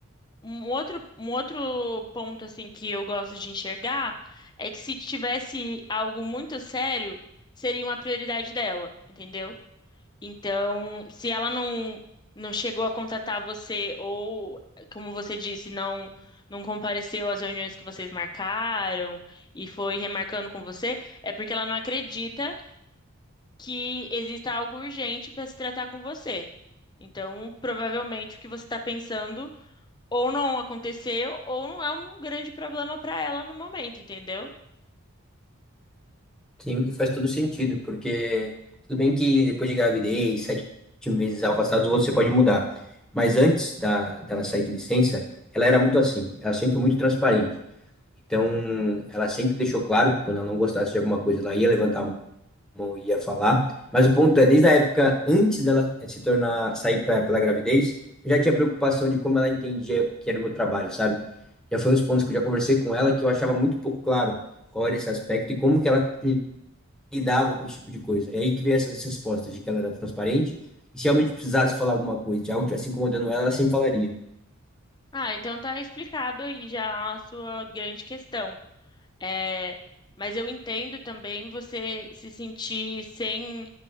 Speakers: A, on the left; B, in the centre.
A: Um outro, um outro ponto assim que eu gosto de enxergar é que se tivesse algo muito sério, seria uma prioridade dela, entendeu? Então, se ela não não chegou a contatar você ou, como você disse, não não compareceu às reuniões que vocês marcaram e foi remarcando com você, é porque ela não acredita que exista algo urgente para se tratar com você. Então, provavelmente o que você está pensando ou não aconteceu, ou não é um grande problema para ela no momento, entendeu?
B: Sim, que faz todo sentido, porque tudo bem que depois de gravidez, sete meses afastados, você pode mudar. Mas antes da, dela sair de licença, ela era muito assim, ela sempre foi muito transparente. Então, ela sempre deixou claro que quando ela não gostasse de alguma coisa, ela ia levantar a bom ia falar. Mas o ponto é, desde a época antes dela eh, se tornar sair pra, pela gravidez, eu já tinha preocupação de como ela entendia que era o meu trabalho, sabe? Já foi uns pontos que eu já conversei com ela que eu achava muito pouco claro qual era esse aspecto e como que ela lidava com esse tipo de coisa. E aí que veio essas respostas de que ela era transparente e se realmente precisasse falar alguma coisa, de algo tivesse incomodando ela, ela sempre falaria.
A: Ah, então tá explicado aí já a sua grande questão. É, mas eu entendo também você se sentir sem